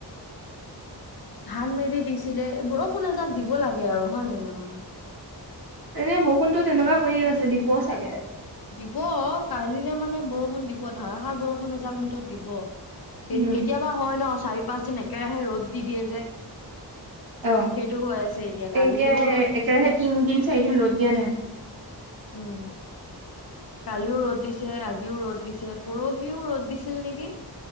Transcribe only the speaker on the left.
ধান মেলি দিছিলে। বৰষুণে এজাক দিব লাগে আৰু হয় নে নহয়।
দিব, কালিলে মানে বৰষুণ দিব ধাৰাষাৰ বৰষুণ এজাক মুঠত দিব। কে-কেতিয়াবা
হয় ন চাৰি-পাঁচ দিন একেৰাহে ৰ'দ দি দিয়ে যে
সেইটো হৈ আছে এতিয়া কালিও
ৰ'দ দিছে
উম। কালিও ৰ'দ দিছ ছে আজিও ৰ'দ দিছে পৰহিও ৰ'দ দিছিল নেকি।